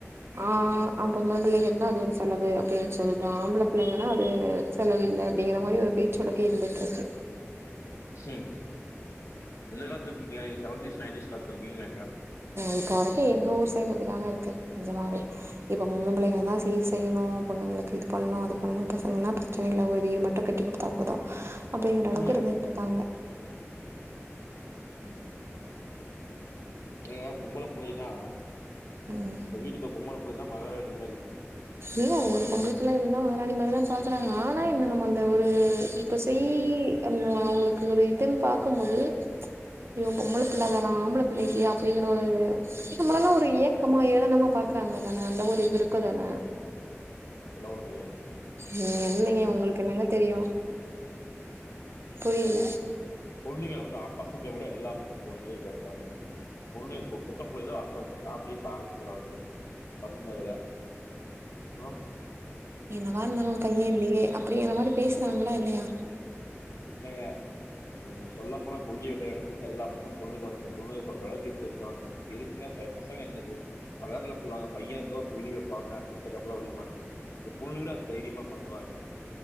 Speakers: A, on the right; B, on the left.
A: ஆ அ பொம்பள புள்ளைக இருந்தா அது ஒரு செலவு அப்டின் சொல்ட்டு ஆம்பள புள்ளைங்கனா அது செலவு இல்ல அப்டிங்கிற மாரி ஒரு பேச்சு வழக்கே இருந்துட்ருக்கு
B: சேரி எந்த காலத்துல இருக்கீங்க நீங்க செவன்டீஸ் நைன்டீஸ் காலத்துல இருக்கீங்க நெனைக்கிறே
A: இப்போ வரைக்கு எங்க ஊர் சைடு அப்டித்தாங்க இருக்கு நெஜமாவே இப்ப பொம்பள புள்ளைங்கதா சீர் செய்ணு பொண்ணுங்களுக்கு இது பண்ணணு அது பண்ணணு பசங்கன்னா பிரச்சன இல்ல ஒரு வீடு மட்டு கட்டி குடுத்தா போது அப்டிங்கிற அளவுக்கு
B: ம்.
A: இருந்துட்டு இருக்காங்க
B: ம் நீங்க பொம்பள புள்ளைலா
A: ம்
B: ஒரு வீட்டுக்கு ஒரு பொம்பள புள் புள்ளதா மகாராணி மாரி
A: ஏ ஒரு பொம்பள புள்ள இருந்தா மகாராணி மாரி தா பாக்கிறாங்க ஆனா என்ன நம்ம அந்த ஒரு இப்ப செய் அந்த அவங்களுக்கு ஒரு இதுன் பாக்குபோது அய்யோ பொம்பள புள்ள தானா ஆம்பள புள்ள இல்லையா அப்படிங்கிற ஒரு இது மாரில்லா ஒரு ஏக்கமா ஏளனமா பாக்குறாங்கதான அந்த ஒரு இது இருக்கு இப்பதான
B: அப்பெல்லா ஒன்னு கெடையாது
A: ம் இல்லைங்க உங்களுக்கு என்னங்க தெரியு புரியில
B: பொண்ணுங்க வந்து அ பசங்கள விட எல்லா பக்கோ பொண்ணுகதா இத இருக்காங்க பொண்ணுக இப்ப பொட்ட புள்ளைக தா <unintelligible> ஃபேமிலிய பாத்துக்கிறாங்க பசங்கள விட ம்
A: என்னவா இருந்தாலு ஒரு பையன் இல்லையே அப்படிங்கிற மாரி பேசுறாங்ளா இல்லையா
B: இன்னங்க ஐயோ சொல்ல போனா கொல்லி வெக்கிற எடத்துலருந்து எல்லா பக்கோ பொண்ணுங்க வந்ட்டு பொண்ணுங்க பண்ற அளவுக்கு இப்ப இருக்காங்க எதுக்குங்க ப பசங்க என்னது அதாது என்ன சொல்லுவாங்க பைய இருந்தா ஒரு கொல்லி வெப்பாங்க செத்தக்கப்புறோ அப்டிபாங்க இப்ப பொண்ணுகளே அத் தைரியமா பண்றாங்க